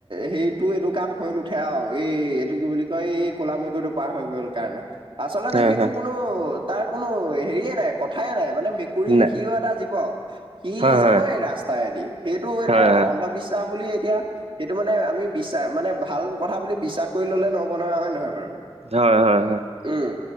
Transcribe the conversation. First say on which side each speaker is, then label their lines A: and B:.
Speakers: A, on the right; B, on the right.
A: সেইটো এইটো কাম হৈ নু উঠে আৰু, এই-এইটো কি বুলি কয় এই ক'লা মেকুৰীটো পাৰ হৈ গ'ল কাৰণে। আচলতে
B: হয়
A: সেইটো
B: হয়
A: কোনো তাৰ কোনো হেৰিয়ে নাই, কথায়ে নাই। মানে মেকুৰী
B: ন
A: সিও এটা জীৱ, সি
B: হয়
A: যাবই
B: হয়
A: ৰাস্তাইদি, সেইটো এতিয়া
B: হয়
A: অন্ধবিশ্বাস বুলি এতিয়া এইটো মানে আমি বিশ্বাস-মানে ভাল কথা বুলি বিশ্বাস কৰি ল'লে নহ'ব নহয়, হয় নহয় বাৰু?
B: হয় হয় হয়।
A: উম।